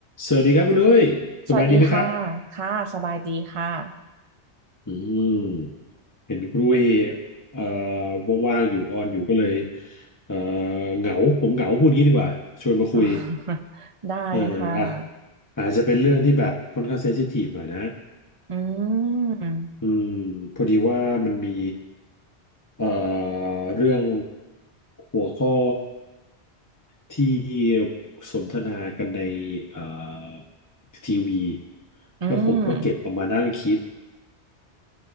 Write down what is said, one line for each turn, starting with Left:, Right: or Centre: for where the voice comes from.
Left: สวัสดีครับคุณนุ้ยสบายดีไหมครับ
Right: สวัสดีค่ะค่ะสบายดีค่ะ
Left: อืมเห็นคุณนุ้ยเอ่อว่างๆอยู่ออนอยู่ก็เลยเอ่อเหงาผมเหงาพูดงี้ดีกว่าชวนมาคุย
Right: ออ <laughs> ได้ค่ะ
Left: เอออ่ะอาจจะเป็นเรื่องที่แบบค่อนข้างเซนซิทีฟหน่อยนะ
Right: อืม
Left: อืมพอดีว่ามันมีเอ่อเรื่องหัวข้อที่สนทนากันในเอ่อทีวี
Right: อืม
Left: แล้วผมก็เก็บเอามานั่งคิด